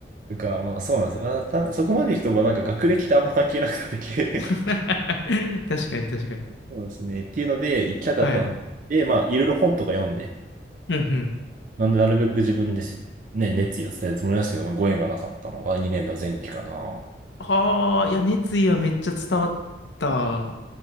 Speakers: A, on the right; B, on the left.
A: とか、まあ、そうなんですよ。まあ、た、そこまで行くと、まあ、なんか学歴ってあんま関係なくなってきて
B: <laughs>
A: <laughs>
B: 確かに確かに。
A: そうですね。っていうので、行きたかったんで、
B: はい。
A: まあ、いろいろ本とか読んで、
B: うんうん。
A: なんで、なるべく自分でせ、ね、熱意を伝えるつもりなんですけど、まあ、ご縁がなかったのが2年の前期かな。
B: はあ、いや、熱意はめっちゃ伝わった。